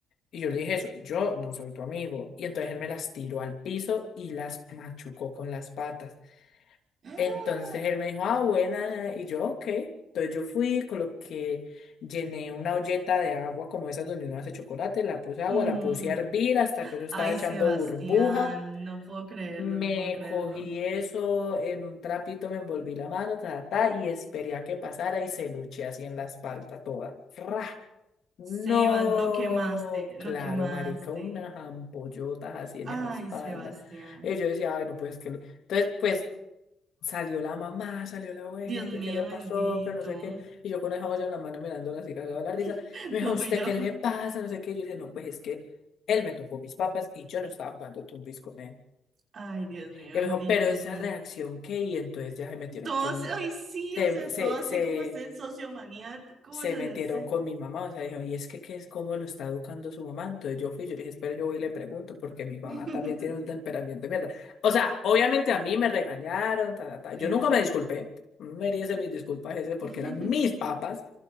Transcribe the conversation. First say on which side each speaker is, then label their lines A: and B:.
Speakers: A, on the left; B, on the right.
A: Y yo le dije eso, yo no soy tu amigo. Y entonces él me las tiró al piso y las machucó con las patas.
B: Ah,
A: Entonces él me dijo, ah, buena. Y yo, ok. Entonces yo fui, coloqué, llené una olleta de agua como esas donde uno hace chocolate, la puse agua,
B: ujú.
A: la puse a hervir hasta que eso estaba
B: Ay,
A: echando
B: Sebastián,
A: burbuja.
B: no puedo creerlo,
A: Me
B: no puedo creerlo.
A: cogí eso en un trapito, me envolví la mano, ta, ta, ta, y esperé a que pasara y se lo eché así en la espalda toda. ¡Fra! No,
B: Sebas, lo quemaste, lo
A: claro,
B: quemaste.
A: marica, unas ampollotas así
B: Ay,
A: en esa espalda.
B: Sebastián.
A: Y yo decía, ay, no, pues es que... le-". Entonces, pues salió la mamá, salió la abuela,
B: Dios mío,
A: que qué le pasó,
B: bendito.
A: que no sé qué. Y yo con esa olla en la mano mirándola así, cagada de la risa.
B: <laughs>
A: Y me dijo,
B: No
A: ¿usted
B: fui yo.
A: qué le pasa? No sé qué. Y yo dije, no, pues es que él me tumbó mis papas y yo no estaba jugando tumbis con él.
B: Ay, Dios mío,
A: Y
B: bendito
A: me dijo, pero esa
B: sea.
A: reacción, ¿qué? Y entonces ya se metieron
B: Todo
A: con...
B: así- ay, sí,
A: Se,
B: o sea,
A: se,
B: todo así
A: se
B: como este sociomaniático,
A: se
B: o sea,
A: metieron
B: este.
A: con mi mamá, o sea, dijeron, y es que, ¿qué es cómo lo está educando su mamá? Entonces yo fui, yo le dije, espera, yo voy y le pregunto, porque mi mamá
B: <laughs>
A: también tiene un temperamento de mierda. O sea, obviamente a mí me regañaron, ta, ta, ta.
B: Sí,
A: Yo nunca
B: sí.
A: me disculpé, no merece mis disculpas ese, porque
B: <laughs>
A: eran mis papas,